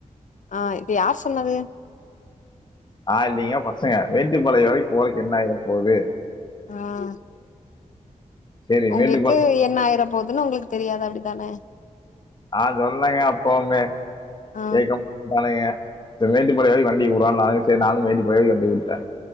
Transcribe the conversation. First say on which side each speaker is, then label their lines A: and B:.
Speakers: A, on the left (about 65°); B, on the left (about 35°).
A: ஆ இது யார் சொன்னது
B: ஆஹ் இல்லைங்க பசங்க மேட்டுப்பாளயோ வரைக்கு போய்ட்டு என்னாகப் போது
A: ஆஹ்
B: சரி
A: உங்களுக்கு
B: மேட்டுப்பாளையம்
A: என்ன ஆயிர போதுன்னு உங்களுக்கு தெரியாது அப்டிதான
B: ஆஹ் சொன்னாங்க அப்போவுமே
A: ஆ
B: கேக்கமாட்டானுங்க செரி மேட்டுபாளையோ வரைக்கு வண்டிய உடுறனானுங்க செரி நானு மேட்டுபாளையோ வண்டி வுட்ட